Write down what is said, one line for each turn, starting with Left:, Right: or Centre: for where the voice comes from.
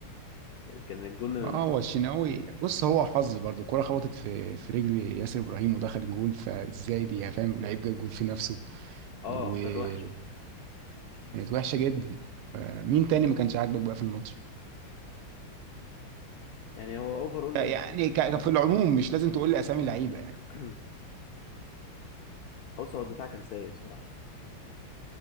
Left: يعني كان الجون
Right: اه هو الشناوي بص هو حظ برضه الكرة خبطت في في رجل ياسر ابراهيم ودخل جول فازاي دي يا فاهم لعيب جاب جول في نفسه
Left: اه
Right: وكانت
Left: كانت وحشة
Right: وحشة جدا آه، مين تاني ما كانش عاجبك بقى في الماتش
Left: يعني هو اوفرول
Right: يعني
Left: يعني كان-
Right: ك- في العموم مش لازم تقول لي اسامي لعيبه يعني
Left: <clears throat> بص هو الدفاع كان سيء الصراحة يعني مش هك-